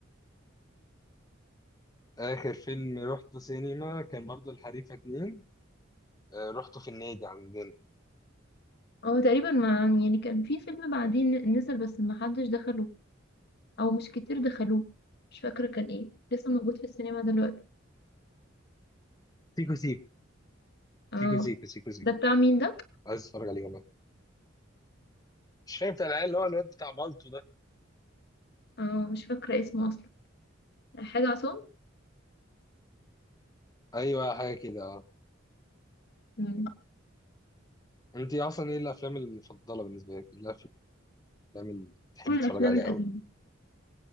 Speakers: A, on the left; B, on the left.
A: اخر فيلم رحته سينما كان برضه الحريفه اتنين آه، رحته في النادي عندنا
B: هو تقريبا ما يعني كان في فيلم بعدين نزل بس ما حدش دخله او مش كتير دخلوه مش فاكره كان ايه لسه موجود في السينما دلوقتي
A: سيكو سيكو
B: اه
A: سيكو سيكو سيكو سيكو
B: ده بتاع مين ده
A: عايز اتفرج عليه والله مش فاهم بتاع العيال اللي هو الواد بتاع بالطو ده
B: اه مش فاكره اسمه اصلا حاجه عصام
A: ايوه حاجه كده اه
B: مم.
A: انت اصلا ايه الافلام المفضله بالنسبه لك إيه الافلام اللي بتحب
B: كل
A: تتفرج
B: الافلام
A: عليها
B: القديمه
A: قوي